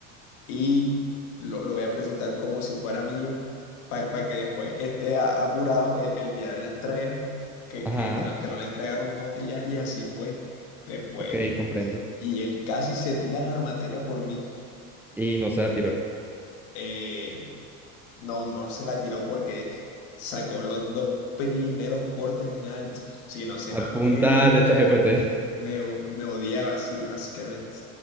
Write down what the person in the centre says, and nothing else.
Ajá,
ok, comprendo.
Y no se la tiro.
Apunta
de ChatGPT.